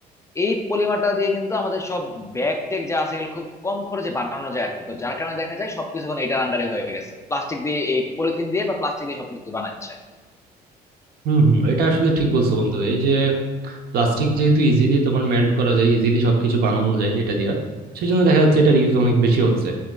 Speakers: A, on the left; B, on the right.
A: এই পলিমারটা দিয়ে কিন্তু আমাদের সব ব্যাগ টেক যা আছে এগুলো খুব কম খরচে বানানো যায় আর কি তো যার কারণে দেখা যায় সবকিছু এখন এটার আন্ডারে হয়ে গেছে প্লাস্টিক দিয়ে এই পলিথিন দিয়ে বা প্লাস্টিক দিয়ে সবকিছু বানাচ্ছে
B: হুম হুম এটা আসলে ঠিক বলছো বন্ধু এই যে প্লাস্টিক যেহেতু ইজিলি তোমার মেল্ট করা যায় ইজিলি সবকিছু বানানো যায় এটা দিয়া সেজন্য দেখা যাচ্ছে এটার ইউজ অনেক বেশি হচ্ছে